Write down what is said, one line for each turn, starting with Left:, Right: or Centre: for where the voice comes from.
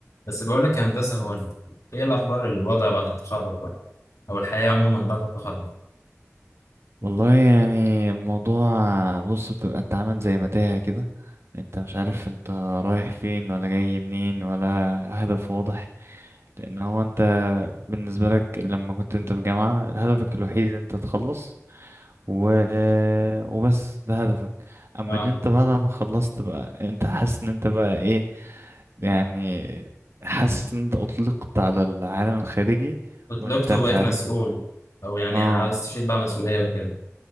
Left: بس بقول لك يا هندسة هو ال- ايه الأخبار الوضع بعد التخرج بقى أو الحياة عموما بعد التخرج
Right: والله يعني الموضوع بص بتبقى انت عامل زي متاهة كده انت مش عارف انت رايح فين ولا جاي منين ولا هدف واضح لان هو انت بالنسبة لك لما كنت انت في جامعة هدفك الوحيد انت تخلص و... وبس ده هدفك اما
Left: اه
Right: ان انت بعد ما خلصت بقى انت حاسس ان انت بقى ايه يعني حاسس ان انت اطلقت على العالم الخارجي
Left: اتطلقت
Right: وانت مش
Left: وبقيت
Right: عارف
Left: مسؤول أو يعني
Right: اه
Left: عاوز تشيل بقى مسؤولية وكده